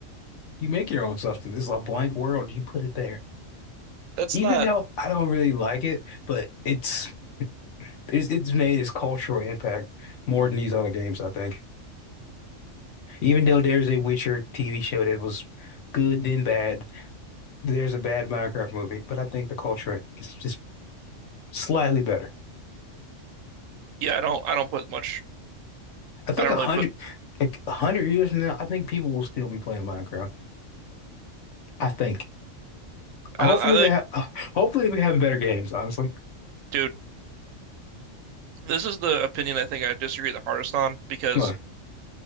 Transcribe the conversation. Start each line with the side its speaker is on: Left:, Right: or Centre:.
Left: You make your own substance. It's a blank world. You put it there.
Right: That's
Left: Even
Right: not.
Left: though I don't really like it, but it's it's, it's made its cultural impact more than these other games, I think. Even though there's a Witcher TV show that was good then bad, there's a bad Minecraft movie, but I think the culture is just slightly better.
Right: Yeah, I don't I don't put much.
Left: I think
Right: I don't
Left: a
Right: really
Left: hundred,
Right: put.
Left: like a hundred years from now, I think people will still be playing Minecraft. I think. Hopefully
Right: I don't. I think,
Left: they ha <sighs> hopefully they have better games, honestly.
Right: dude. This is the opinion I think I disagree the hardest on because
Left: What?